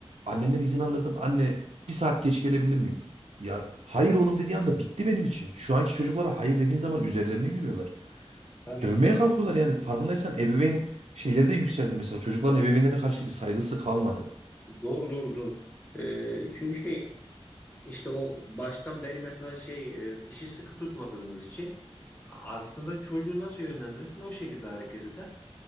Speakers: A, on the right (about 85°); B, on the left (about 15°).
A: Annemden izin alırdım. Anne bir saat geç gelebilir miyim? Ya hayır oğlum dediği anda bitti benim için. Şu anki çocuklara hayır dediğin zaman üzerlerine yürüyorlar.
B: Tabii.
A: Dövmeye kalkıyorlar yani. Farkındaysan ebeveyn şeyleri de yükseldi mesela. Çocukların ebeveynlerine karşı bir saygısı kalmadı.
B: Doğru doğru doğru. Ee, çünkü işte işte o baştan beri mesela şey e, işi sıkı tutmadığımız için aslında çocuğu nasıl yönlendirirsen o şekilde hareket eder.